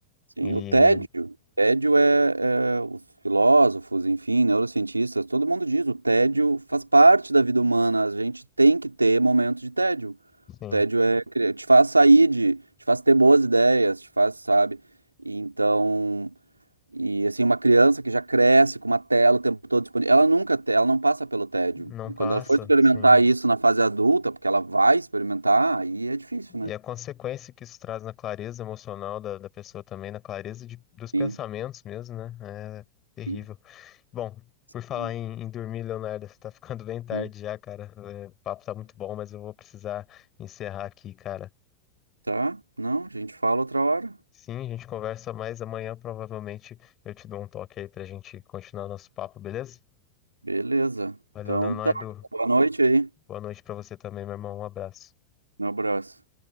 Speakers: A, on the right; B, on the left.
A: sim,
B: E,
A: o tédio. Tédio é, é os filósofos, enfim, neurocientistas, todo mundo diz, o tédio faz parte da vida humana, a gente tem que ter momentos de tédio.
B: sim,
A: Tédio é, cri- te faz sair de, te faz ter boas ideias, te faz, sabe? E então, e assim, uma criança que já cresce com uma tela o tempo todo disponível, ela nunca, te- ela não passa pelo tédio.
B: não
A: E
B: passa,
A: quando ela for experimentar
B: sim.
A: isso na fase adulta, porque ela vai experimentar, aí é difícil, né?
B: E a consequência que isso traz na clareza emocional da, da pessoa também, na clareza de- dos pensamentos
A: Sim,
B: mesmo, né? É terrível.
A: sim,
B: Bom, por
A: sim.
B: falar em, em dormir, Leonardo, você tá ficando <laughs> bem tarde
A: sim.
B: já, cara. É, o papo tá muito bom, mas eu vou precisar encerrar aqui, cara.
A: Tá? Não, a gente fala outra hora.
B: Sim, a gente conversa mais amanhã, provavelmente eu te dou um toque aí pra gente continuar nosso papo, beleza?
A: Beleza.
B: Valeu,
A: Então
B: Leonardo.
A: tá. Boa noite aí.
B: Boa noite pra você também, meu irmão. Um abraço.
A: Um abraço.